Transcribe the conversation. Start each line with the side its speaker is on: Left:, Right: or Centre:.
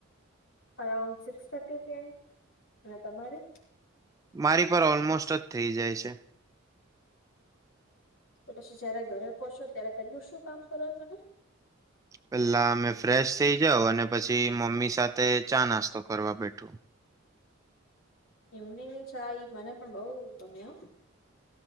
Left: Around six thirty P M, અને તમારી?
Right: મારી પર ઓલમોસ્ટ જ થઈ જાય છે.
Left: તો પછી જયારે ઘરે પહોંચો ત્યારે પેલું શું કામ કરો તમે?
Right: પેલા અમે ફ્રેશ થઇ જાવ અને પછી મમ્મી સાથે ચા નાસ્તો કરવા બેઠું.
Left: એમને ન ચાય મને પણ બઉ ગમે હ.